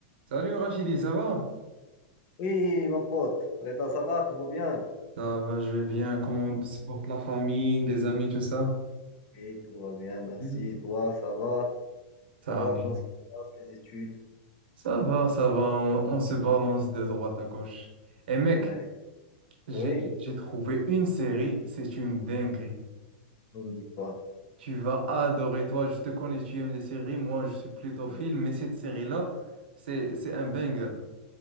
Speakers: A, on the right (about 70°); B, on the left (about 35°).
A: Salut Rachidi, ça va?
B: Oui, mon pote. Reda, ça va, tout va bien?
A: Ça va, je vais bien. Comment se porte la famille, les amis, tout ça?
B: Oui, tout va bien, merci.
A: Mhm.
B: Et toi, ça va?
A: Ça,
B: Ça va, comment ça se passe, les études?
A: ça va, ça va. On, on se balance de droite à gauche. Et mec,
B: Ouais.
A: j'ai,
B: Oui,
A: j'ai trouvé une série, c'est une dinguerie.
B: on ne dit pas.
A: Tu vas adorer, toi, je te connais, tu aimes les séries. Moi, je suis plutôt
B: Et
A: film, mais cette série-là, c'est, c'est un banger.